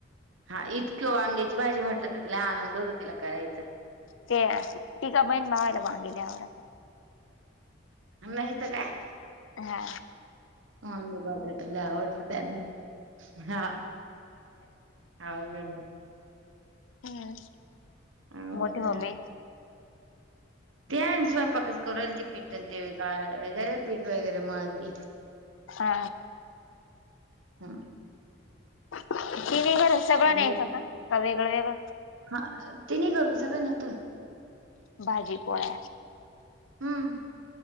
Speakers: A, on the right (about 80°); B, on the left (about 80°).
A: हा इतक्य वांग्याची भाजी म्हटलं तर तिला आनंद होत तिला करायच.
B: ते तीग बहीण भावायला वांगे लइ आवडत्या.
A: नाही तर काय
B: हा.
A: वांग बटाट लई आवडत तयांना. हा अवघड ये.
B: हम्
A: अवघड
B: मोठी ममी.
A: त्यानसय पक कोरालची पीठत ते का वगैरे <unintelligible> पीठ वगैरे मळती
B: हा
A: ह.
B: ति्ही बर सगळं
A: चाललं
B: न्यायचं
A: ते
B: का वेगळं वेगळं
A: हा तिन्ही घरून सगळ नेतोय.
B: भाजी पोळ्या.
A: हम्म